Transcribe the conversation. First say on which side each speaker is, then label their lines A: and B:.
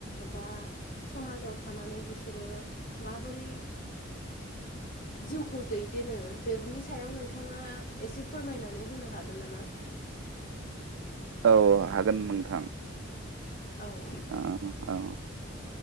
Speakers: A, on the left; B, on the right.
A: बा समाजाव थानानै बिसोरो माबोरै? जिउखौ दैदेनो बेनि सायाव नोंथाङा एसे फोरमायनानै होनो हागोन नामा <inaudible>
B: औ हागोन नोंथां।
A: औ
B: ओ औ।